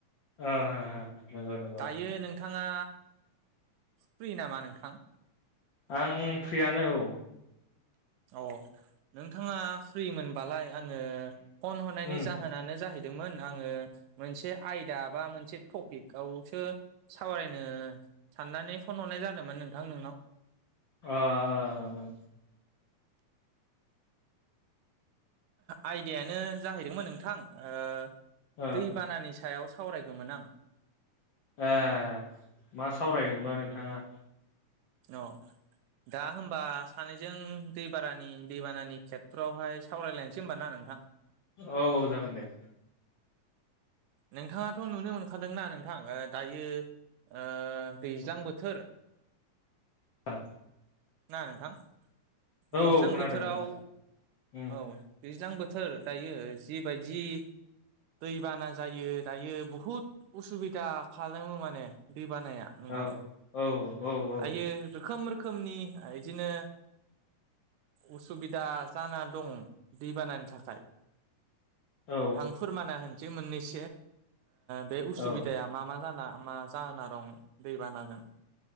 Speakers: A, on the left; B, on the right.
A: ओ हो हो नंगौ नंगौ
B: दायो नोंथाङा फ्रि नामा नोंथां?
A: आं फ्रियानो औ।
B: अ नोंथाङा फ्रि मोनबालाय आङो फन हरनायनि
A: उम
B: जाहोनानो जाहैदों मोन आङो मोनसे आयदा बा मोनसे टपिकआवसो सावरायनो साननानै फन हरनाय जादोंमोन नोंथां नोंनाव
A: अ अ
B: आयदायानो जाहैदोंमोन नोंथां, ओ
A: ओ
B: दैबानानि सायाव सावरायगौमोन आं
A: ए मा सावरायगोनबा नोंथाङा
B: औ दा होमबा सानैजों दैबारानि दैबानानि खेथ्र'आवहाय सावरायलायनोसै होमब ना नोंथां
A: औ-औ जागोन दे
B: नोंथाङाथ' नुनो मोनखादोंना नोंथां दायो ओ दैज्लां बोथोर
A: औ
B: ना नोंथां दैज्लां
A: औ खोनादों
B: बोथोराव
A: नोंथां उम
B: औ दैज्लां बोथोर बोथोर दायो जिबायदि दै बाना जायो दायो बहुद उसुबिदा खालामो माने दै बानाया नोंथां
A: औ औ औ औ
B: दायो रोखोम रोखोमनि इदिनो उसुबिदा जाना दं दैबानानि थाखाय
A: औ
B: आं फोरमाना होनोसै मोननैसो बे ओ उसुबिदाया
A: औ
B: मा-मा जानो मा जाना दं दैबानाजों